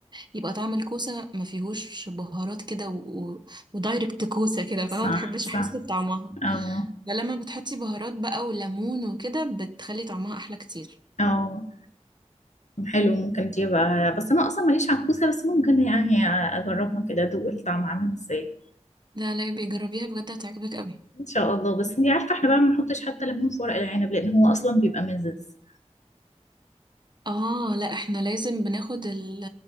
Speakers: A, on the right (about 40°); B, on the left (about 85°).
A: يبقى طعم الكوسة ما فيهوش بهارات كده و... و... ودايركت كوسة كده فاهمة
B: صح
A: ما بحبش
B: صح
A: احس بطعمها
B: اه
A: فلما بتحطي بهارات بقى وليمون وكده بتخلي طعمها احلى كتير
B: اه حلو ممكن تجيبها بس انا اصلا ماليش عكوسة بس ممكن يعني اجربها كده ادوق الطعم عامل ازاي
A: لا لا بيجربيها بجد هتعجبك قوي
B: ان شاء الله بس انتي عارفة احنا بقى ما بنحطش حتى ليمون في ورق العنب لان هو اصلا بيبقى مزز
A: اه لا احنا لازم بناخد ال...